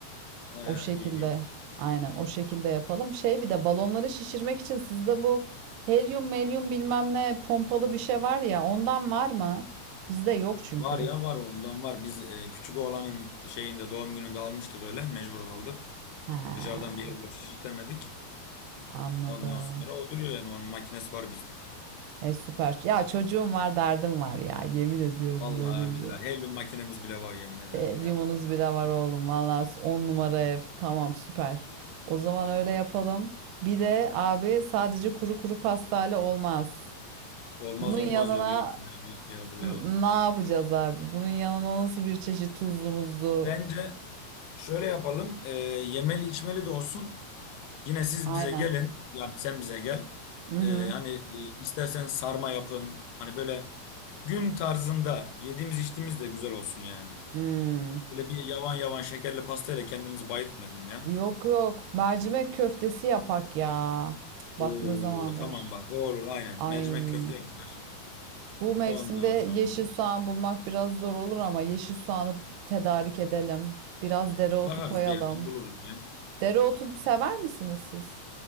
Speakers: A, on the left; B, on the right.
A: He,
B: O şekilde
A: iyi.
B: aynen o şekilde yapalım. Şey bir de balonları şişirmek için sizde bu helyum melyum bilmem ne pompalı bir şey var ya ondan var mı? Bizde yok çünkü.
A: Var ya var o ondan var. Biz e, küçük oğlanın şeyinde doğum gününde almıştık öyle mecbur kaldık.
B: Ha,
A: Dışarıdan bir yer bulup şişirtemedik.
B: anladım.
A: Ondan sonra o duruyor yani onun makinesi var bizde.
B: E süper. Ya çocuğum var derdim var ya yemin ediyorum
A: Vallahi
B: böyle bir
A: billahi
B: şey.
A: helyum makinemiz bile var yemin ederim
B: Helyumunuz
A: ya.
B: bile var oğlum valla 10 numara
A: Hı. hı.
B: ev tamam süper. O zaman öyle yapalım. Bir de abi sadece kuru kuru pastayla olmaz.
A: Olmaz
B: Bunun yanına
A: olmaz yok yok böyle bir şey hazırlayalım.
B: N- Ne yapacağız abi? Bunun yanına nasıl bir çeşit tuzlu muzlu?
A: Bence şöyle yapalım e, yemeli içmeli de olsun. Yine siz
B: Aynen.
A: bize gelin yani sen bize gel.
B: Hı
A: E,
B: hı.
A: hani e, istersen sarma yapın. Hani böyle gün tarzında yediğimiz içtiğimiz de güzel olsun yani.
B: Hmm.
A: Böyle bir yavan yavan şekerli pastayla kendimizi bayıltmayalım ya.
B: Yok yok. Mercimek köftesi yapak ya. Cık, Bak
A: Oo
B: ne zamandır.
A: tamam bak o olur aynen.
B: Ay.
A: Mercimek köfte yapılır.
B: Bu mevsimde
A: Ondan
B: yeşil
A: sonra
B: soğan bulmak biraz zor olur ama yeşil soğanı tedarik edelim. Biraz dereotu
A: bakarız
B: koyalım.
A: bir yerden buluruz ya.
B: Dereotu sever misiniz siz?